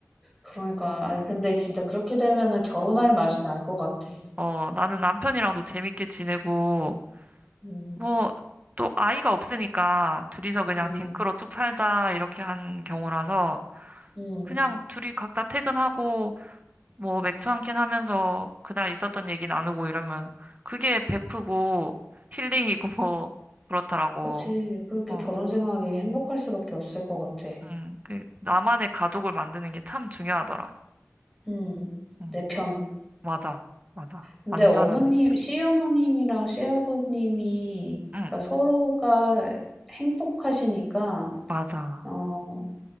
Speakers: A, in the centre; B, on the right (about 30°).
A: 그러니까 아니 근데 진짜 그렇게 되면은 결혼할 맛이 날 것 같아.
B: 어, 나는 남편이랑도 재밌게 지내고,
A: 음.
B: 뭐, 또 아이가 없으니까 둘이서 그냥
A: 음.
B: 딩크로 쭉 살자, 이렇게 한 경우라서,
A: 음.
B: 그냥 둘이 각자 퇴근하고, 뭐, 맥주 한 캔 하면서 그날 있었던 얘기 나누고 이러면, 그게 베프고, 힐링이고, <laughs> 뭐, 그렇더라고.
A: 그치. 그렇게
B: 어,
A: 결혼 생활이 행복할 수밖에 없을 것 같아.
B: 음, 그, 나만의 가족을 만드는 게 참 중요하더라.
A: 음.
B: 음,
A: 내 편.
B: 맞아, 맞아.
A: 근데
B: 완전한
A: 어머님,
B: 내 편.
A: 시어머님이랑 시아버님이
B: 응,
A: 그러니까 서로가 행복하시니까
B: 맞아,
A: 어,